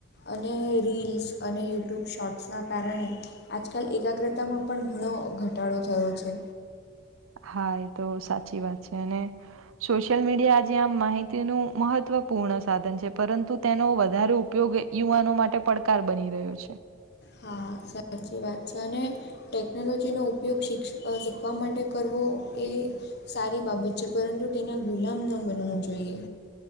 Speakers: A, on the left (about 55°); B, on the right (about 85°).
A: અને રીલ્સ અને યુટ્યુબ શોર્ટ્સના કારણે આજકાલ એકાગ્રતામાં પણ ઘણો ઘટાડો થયો છે.
B: હા એ તો સાચી વાત છે અને સોશિયલ મીડિયા આ જે આમ માહિતીનુ મહત્વપૂર્ણ સાધન છે પરંતુ તેનો વધારે ઉપયોગ યુવાનો માટે પડકાર બની રહ્યો છે.
A: હા, સાચી વાત છે અને ટેકનોલોજીનો ઉપયોગ શિક્ષ શીખવા માટે કરવો એ સારી બાબત છે પરંતુ તેના ગુલામ ન બનવું જોઈએ.